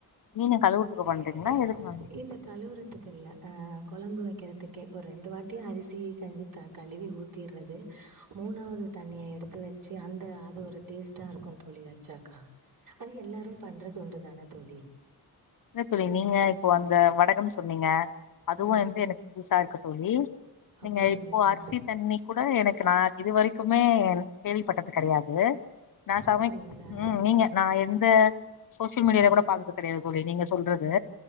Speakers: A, on the left (about 55°); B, on the right (about 55°).
A: மீன கழுவுறதுக்கு பண்றிங்ளா
B: எ ய
A: எதுக்கு மேம்
B: இல்ல கழுவுறதுக் கில்ல கொழம்பு வைக்கிறதுக்கே ஒரு ரெண்டு வாட்டி அரிசி கஞ்சி க கழுவி ஊத் தீறது மூணாவது தண்ணிய எடுத்து வச்சி அந்த அது ஒரு டேஸ்ட்டா இருக்கு தோழி வச்சாக்கா அது எல்லாரும் பண்றது ஒன்று தானே தோழி
A: இல்ல தோழி நீங்க இப்போ அந்த வடகம் சொன்னீங்க அதுவு
B: ஆ
A: வந்து எனக்கு புதுசா இருக்கு தோழி
B: அப்படிங்களா?
A: நீங்க இப்போ அரிசி தண்ணி கூட எனக்கு நா இது வரைக்குமே கேள்விப்பட்டது கெடையாது நா சமைக்
B: அப்படிங்களா?
A: ம் நீங்க நா எந்த சோசியல் மீடியால
B: ஆ.
A: கூட பார்த்தது கெடையாது தோழி நீங்க சொல்றது